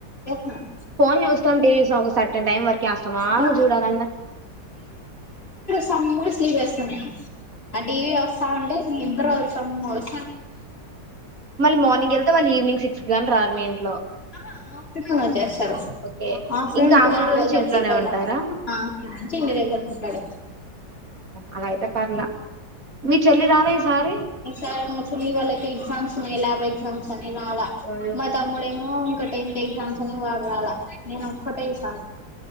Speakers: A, on the left; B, on the right.
A: <inaudible>
B: ఫోన్ చూస్తాం టీవీ చూస్తాం ఒక సర్టన్ టైం వరకేస్తాం అను
A: ఆ
B: చూడాల
A: సమ్మర్ స్లీప్ ఏస్తా నేను ఆ టీ వీ వస్తా ఉంటే నిద్దరొస్తా <inaudible>
B: మళ్ళీ మార్నింగ్ ఎళ్తే మళ్ళీ ఈవినింగ్ సిక్స్ కు గానీ రారు మీ ఇంట్లో
A: ఆహా ఆఫ్టర్నూన్ వచ్చేస్తారు
B: ఓకే
A: ఆఫ్టర్నూన్
B: ఇంకా
A: టువల్ టువల్
B: నుంచి
A: థర్టీకి
B: ఇంట్లోనే
A: అలా
B: ఉంటారా
A: <unintelligible> ఐకుంటాది
B: అలా ఐతే పర్లా మీ చెల్లి
A: <inaudible>
B: రాలే ఈసారి
A: చులీ వాళకి ఎగ్సామ్ టూ ఏ లాబ్ ఎగ్జామ్స్ అని రాలా
B: ఉమ్
A: మా తమ్ముడేం మో ఇంక టెన్త్ ఎగ్జామ్స్ అని వాడు రాలా నేను ఒక్కటే చాలు